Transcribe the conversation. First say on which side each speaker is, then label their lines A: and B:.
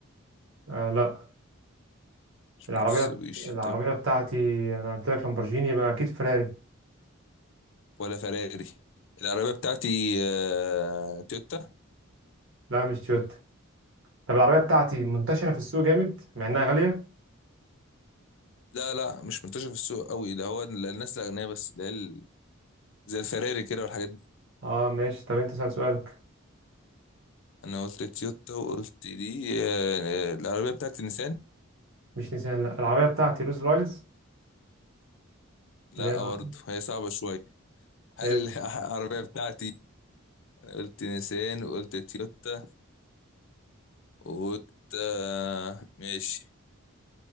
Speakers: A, on the right (about 65°); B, on the left (about 60°).
A: آه لا
B: مش
A: العربية
B: متسوبيشي
A: العربية
B: تمام
A: بتاعتي انا قلت لك لامبرجيني يبقى اكيد فيراري
B: ولا فراري العربية بتاعتي آه تويوتا
A: لا مش تويوتا طب العربية بتاعتي منتشرة في السوق جامد مع انها غالية
B: لا لا مش منتشر في السوق قوي ده هو ال- الناس الأغنياء بس اللي هي ال- زي الفراري كده والحاجات دي
A: اه ماشي طب انت اسأل سؤالك
B: أنا قلت تويوتا وقلت دي آه آه، العربية بتاعتي نيسان
A: مش نيسان لا العربية بتاعتي روز رايلز
B: لا
A: اللي هي الع-
B: برضه هي صعبة شوية هل
A: هي
B: <laughs> العربية بتاعتي أنا قلت نيسان وقلت تويوتا وقلت آه ماشي